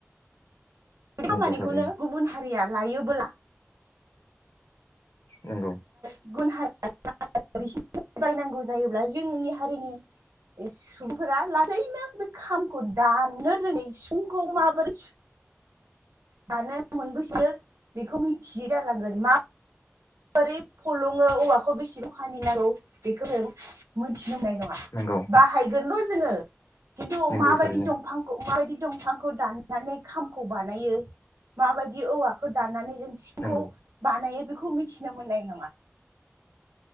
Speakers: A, on the right (about 85°); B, on the left (about 70°).
A: बे खामानिखौनो
B: नंगौ थारैनो
A: गुबुन हारिया लायोबोला
B: नंगौ
A: <inaudible> बायनांगौ जायोब्ला जोंनि हारिनि सुबुंफोरा लासैनो बे खामखौ दाननो रोङै सिफुंखौ माबोरै सु दानो <inaudible> बेखौ मिथियै जालांगोन मा बोरै फलङो औवाखौ बेसे जखानि नांगौ बेखौ मोनथिनो मोननाय नङा
B: नंगौ
A: बाहायगोनल जोङो। खिन्थु
B: नंगौ
A: माबायदि
B: थारैनो
A: दंफांखौ माबायदि दंफांखौ दाननानै खामखौ बानायो माबायदि औवाखौ दाननानै जों सिफुंखौ
B: नंगौ
A: बानायो बेखौ मिथि नो मोननाय नङा।